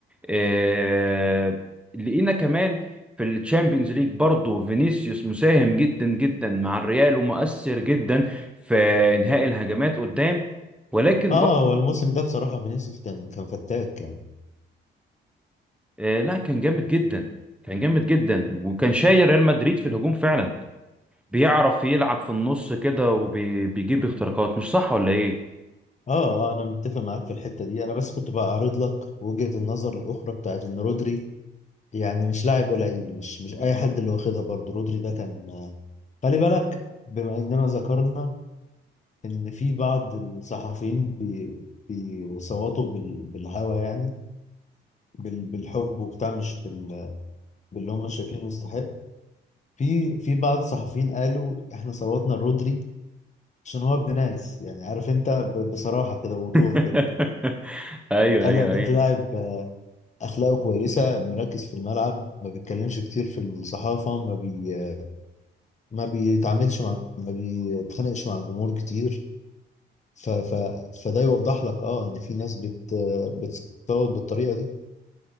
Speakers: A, in the centre; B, on the left.
A: آه، لقينا كمان في الشامبيونز ليج برضه فينيسيوس مساهم جدا جدا مع الريال ومؤثر جدا في انهاء الهجمات قدام ولكن
B: <laughs> اه
A: برضه
B: هو الموسم ده بصراحة فينيسيوس كان كان فتاك يعني
A: آه، لا كان جامد جدا كان جامد جدا وكان شايل ريال مدريد في الهجوم فعلا بيعرف يلعب في النص كده وبيجيب اختراقات مش صح ولا ايه؟
B: اه اه انا متفق معاك في الحتة دي انا بس كنت بعرض لك وجهة النظر الاخرى بتاعت ان رودري يعني مش لاعب قليل مش مش اي حد اللي واخدها برضه رودري ده كان آه، خلي بالك بما اننا ذكرنا ان في بعض الصحفيين بي بيصوتوا بال- بالهوى يعني بال- بالحب وبتاع مش بال- باللي هم شايفينه يستحق في في بعض الصحفيين قالوا احنا صوتنا رودري عشان هو ابن ناس يعني عارف انت ب- بصراحة كده ووضوح
A: <laughs>
B: كده
A: ايوه
B: قال
A: ايوه
B: لك
A: ايوه
B: لاعب آه، اخلاقه كويسة مركز في الملعب ما بيتكلمش كتير في الصحافة ما بي آه، ما بيتعاملش مع ما بيتخانقش مع الجمهور كتير ف ف فده يوضح لك اه ان في ناس بت آه، بتصوت بالطريقة دي